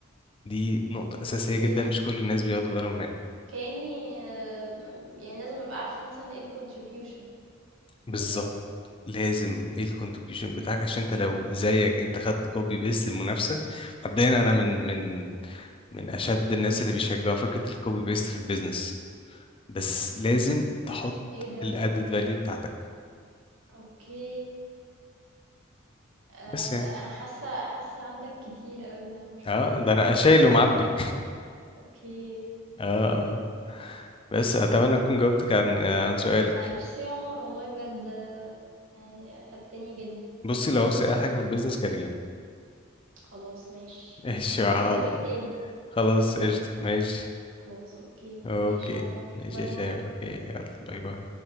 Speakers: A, on the left; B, on the right.
A: دي نقطة أساسية
B: اوكي
A: جدا مش كل الناس بياخدوا بالهم منها
B: كأني آه، م- يعني لازم ابقى عارفة مثلا ايه الكونتريبيوشن
A: بالظبط
B: بتاعي
A: لازم
B: مم.
A: ايه الكونتريبيوشن
B: مم.
A: بتاعك عشان انت لو زيك انت خدت كوبي بيست المنافسه مبدئيا انا من من من اشد الناس اللي بيشجعوا فكره الكوبي بيست في البيزنس بس لازم تحط
B: ايه ده
A: الادد فاليو بتاعتك
B: اوكي آه
A: بس يعني
B: انا حاسة حاسة عندك كتير قوي يعني ما شاء
A: اه
B: الله
A: ده انا شايل ومعبي
B: اوكي
A: اه اه بس اتمنى اكون جاوبتك عن آه، عن سؤالك
B: آه، ميرسي يا عمر والله بجد آه، يعني فدتني جدا
A: بصي لو عاوز اي حاجه في البيزنس كلميني
B: خلاص ماشي
A: ماشي
B: انا
A: يا حاضر
B: بكلمك تاني
A: خلاص قشطه ماشي
B: خلاص اوكي
A: اوكي
B: ماشي يا عمر
A: ماشي
B: باي
A: يا شيماء
B: باي
A: اوكي يلا باي باي